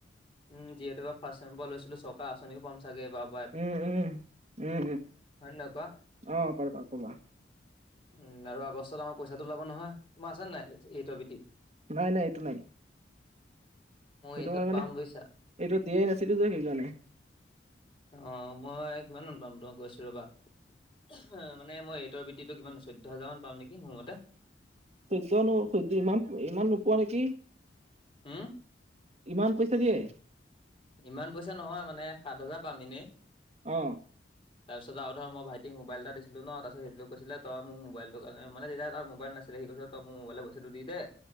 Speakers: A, on the left; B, on the right.
A: উম যিহেতু এবাৰ ফাৰ্ষ্ট চেমৰ পৰা লৈছিলো চৰকাৰ আঁচনিও পাম চাগে এবাৰ
B: উম উম উম উম
A: হয় নে নহয় কোৱা?
B: অ পাবা পাবা
A: উম আৰু আগষ্টত আমাৰ পইচাটো ওলাব নহয় তোমাৰ আছে নাই এইটৰ বিটি
B: নাই নাই এইটো নাই সেইটো
A: এইটত
B: মই মানে
A: পাম বুজিছা।
B: এইটো দিয়াই নাছিলো যে সেইকাৰণে
A: অ মই কিমান মান পাম ৰ গৈছো ৰবা। অ মানে মই এইটৰ বৃত্তিটো কিমান চৈধ্য হাজাৰ মান পাম নেকি মোৰ মতে?
B: চৈধ্য নো চৈধ্য ইমান ইমান নোপোৱা নেকি?
A: হুম?
B: ইমান পইচা দিয়ে?
A: ইমান পইচা নহয় মানে সাত হাজাৰ পাম এনেই।
B: অ।
A: তাৰপিছত আৰু ধৰ মই ভাইটিক মোবাইল এটা দিছিলো ন, তাৰপিছত সেইটোক কৈছিলে তই মোক মোবাইলটো কাৰনে মানে তেতিয়া তাৰ মোবাইল নাছিল। তেতিয়া সি কৈছিল তই মোক মোবাইলৰ পইচাটো দি দে।